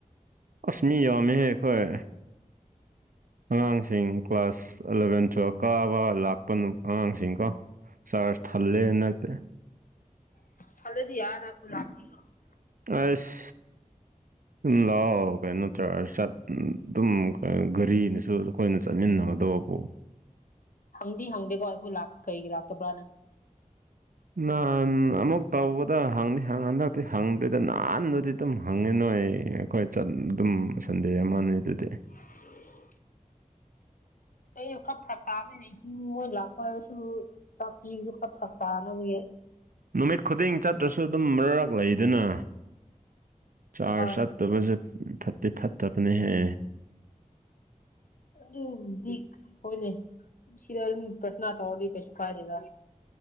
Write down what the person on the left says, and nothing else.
<unintelligible>
ꯍꯪꯗꯤ ꯍꯪꯗꯦꯀꯣ ꯑꯩꯈꯣꯏ ꯂꯥꯛ ꯀꯔꯤ ꯂꯥꯛꯇꯕ꯭ꯔꯥꯅ
<inaudible> ꯑꯩ ꯈꯔ ꯐꯔꯛ ꯇꯥꯕꯅꯤꯅꯦ <unintelligible> ꯃꯣꯏ ꯂꯥꯛꯄꯁꯨ ꯆꯥꯛꯄꯤꯕꯁꯨ ꯈꯔ ꯐꯔꯛ ꯇꯥꯅꯕꯒꯤ
ꯍꯣꯏ
ꯑꯗꯨꯕꯨꯗꯤ ꯍꯣꯏꯅꯦ ꯁꯤꯗ ꯑꯗꯨꯝ ꯄꯥꯔꯊꯅꯥ ꯇꯧꯔꯗꯤ ꯀꯩꯁꯨ ꯀꯥꯏꯗꯦꯗ